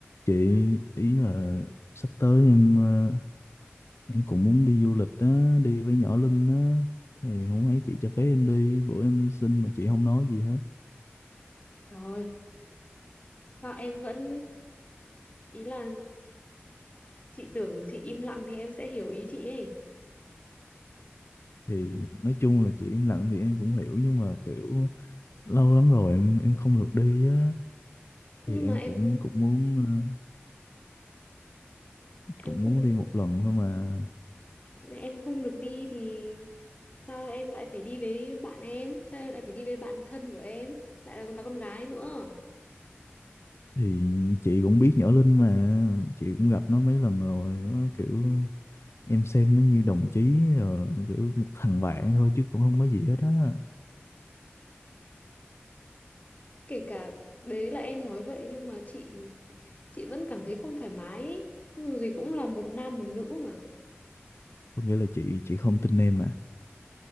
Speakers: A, on the left; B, on the left.
A: Chị ý là sắp tới em ờ, em cũng muốn đi du lịch á, đi với nhỏ Linh á thì không thấy chị cho phép em đi, bữa em xin mà chị không nói gì hết.
B: Rồi, sao em vẫn ý là chị tưởng chị im lặng thì em sẽ hiểu ý chị ấy.
A: Thì nói chung là chị im lặng thì em cũng hiểu nhưng mà kiểu lâu lắm rồi em em không được đi á
B: Nhưng
A: thì em
B: mà em
A: cũng cũng muốn ờ, cũng
B: em không
A: muốn đi một lần thôi mà.
B: em không được đi thì sao em lại phải đi với bạn em? Sao em lại phải đi với bạn thân của em? Lại là còn là con gái nữa.
A: Thì chị cũng biết nhỏ Linh mà, chị cũng gặp nó mấy lần rồi, nó kiểu em xem nó như đồng chí ờ, kiểu một thằng bạn thôi chứ cũng không có gì hết á.
B: Kể cả đấy là em nói vậy nhưng mà chị chị vẫn cảm thấy không thoải mái ấy. Dù gì cũng là một nam một nữ mà.
A: có nghĩa là chị chị không tin em à